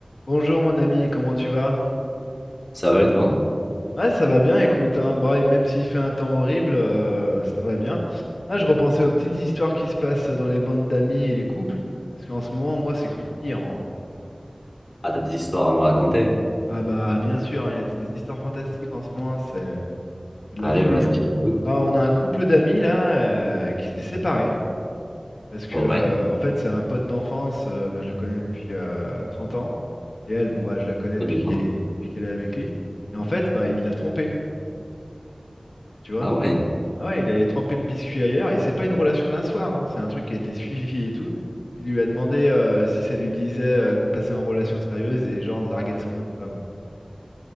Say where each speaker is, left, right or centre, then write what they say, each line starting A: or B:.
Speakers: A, on the left (about 85°); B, on the left (about 30°).
A: Bonjour mon ami, comment tu vas?
B: Ça va et toi?
A: Ouais, ça va bien, écoute, hein, bah, et même s'il fait un temps horrible, euh, ça va bien. Ah, je repensais aux petites histoires qui se passent dans les bandes d'amis et les couples, parce qu'en ce moment, moi, c'est croustillant. hein.
B: Ah, t'as des histoires à me raconter?
A: Ah bah bien sûr, hein, il y a des histoires fantastiques en ce moment, c'est c'est de
B: Allez,
A: la folie.
B: vas-y,
A: hein.
B: je t'écoute.
A: Bah, on a un couple d'amis là euh, qui s'est séparé, parce que
B: Ouais,
A: euh, en fait, c'est un pote d'enfance, euh, bah, je le connais depuis euh, 30 ans, et elle, bon bah je la connais
B: bah,
A: depuis
B: dis-moi.
A: qu'il est- depuis qu'elle est avec lui, et en fait, bah il l'a trompée, tu vois.
B: Ah ouais,
A: Ah ouais, il avait trempé le biscuit ailleurs et c'est pas une relation d'un soir, hein, C'est un truc qui a été suivi et tout. Il lui a demandé euh, si ça lui disait euh, de passer en relation sérieuse et genre de larguer de son autre femme.